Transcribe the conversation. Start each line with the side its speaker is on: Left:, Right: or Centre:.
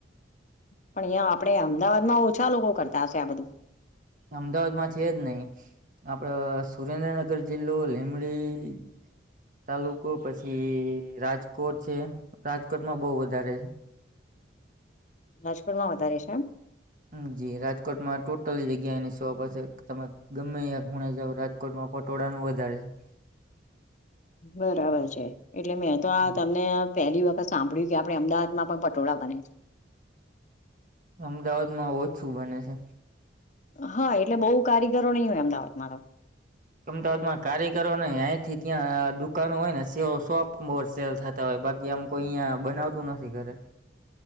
Left: પણ અહિયા આપડે અમદાવાદ માં ઓછા લોકો કરતા હશે આ બધું.
Right: અમદાવાદ માં છે જ નહી આપડ સુરેન્દ્રનગર જિલ્લો લીમડી તાલુકો પછી રાજકોટ છે રાજકોટમાં બઉ વધારે
Left: રાજકોટ માં વધારે છે એમ?
Right: હમ્મ જી રાજકોટમાં ટોટલી જગ્યા એની શોપ હશે તમે ગમે યા ખૂણે જાઓ રાજ કોટમાં પટોળાનું વધારે છે.
Left: બરાબર છે એટલે મેં તો
Right: છે.
Left: આ તમને આ પહેલી વખત સાંભળ્યું કે આપણે અમદાવાદ માં પણ પટોળા બને છે.
Right: અમદાવાદ માં ઓછું બને છે.
Left: હા એટલે બહુ કારીગરો નહી હોય અમદાવાદમાં તો
Right: અમદાવાદમાં કારીગરો ને આઈ થી ત્યાં દુકાનો હોય ને સ શોપ મોર સેલ થ <unintelligible> બાકી આમ કોઈ અહીંયા બનાવતું નથી ઘરે